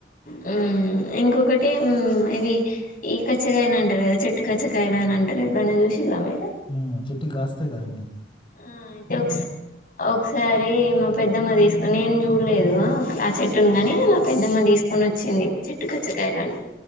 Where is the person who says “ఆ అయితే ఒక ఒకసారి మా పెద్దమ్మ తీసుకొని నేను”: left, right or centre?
Left